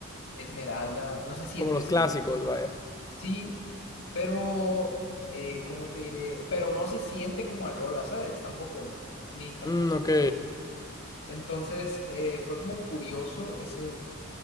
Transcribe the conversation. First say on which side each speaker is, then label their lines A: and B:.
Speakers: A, on the left; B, on the left.
A: Esmeralda, no se siente
B: Como los
A: así,
B: clásicos,
A: ¿no?
B: vaya.
A: Sí, pero, eh, ¿cómo te diré? Pero no se siente como a Lola, ¿sabes? Tampoco, ni tampoco.
B: Mm, ok.
A: como- Entonces, eh, fue como curioso ese,